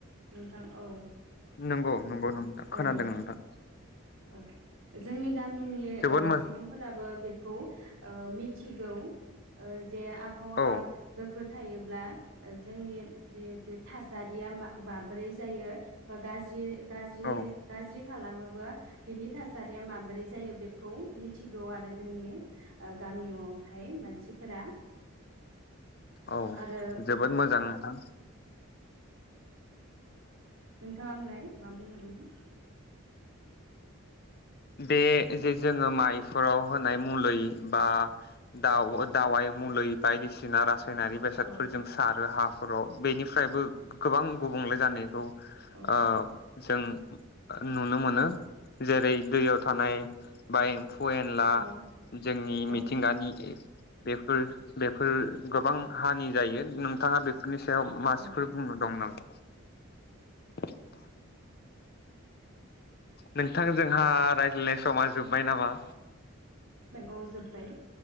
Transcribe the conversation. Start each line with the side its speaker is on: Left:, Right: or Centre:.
Right: नोंथां औ
Left: नंगौ। नंगौ नोंथां खोनादों
Right: औ
Left: नोंथां।
Right: औ जोंनि गामिनि
Left: जोबोद
Right: ओ
Left: मो
Right: सुबुंफोराबो बेखौ ओ मिथिगौ ओ जे आबहावा
Left: औ
Right: गोगो थायोब्ला जोंनि जिहेथु थासारिया माबोरै जायो बा गाज्रि गाज्रि
Left: औ
Right: गाज्रि खालामोबा बिनि थासारिया माबोरै जायो बेखौ मिथिगौआरो जोंनि ओ गामियावहाय मानसिफोरा
Left: औ
Right: आरो
Left: जोबोद मोजां थां
Right: नोंथाङा होनलाय मा बुंहदोंमोन
Left: बे जे जोङो माइफोराव होनाय मुलि बा दाव-दावाइ मुलि बायदिसिना रास फायनारि बेसादफोरजों
Right: औ
Left: सारो हाफ खराव बेनिफ्रायबो गोबां गुबुंले जानायखौ
Right: औ
Left: अ जों नुनो मोनो। जेरै दैयाव थानाय बाय फौ एनला
Right: औ
Left: जोंनि
Right: औ
Left: मिथिंगानि बेफोर बेफोर गोबां हानि जायो नोंथाङा बेफोरनि सायाव मासिफोर
Right: औ
Left: बुंनो दं नामा <unintelligible> नोंथां जोंहा रायज्लायनाय समा जोब्बाय नामा
Right: औ जोब्बाय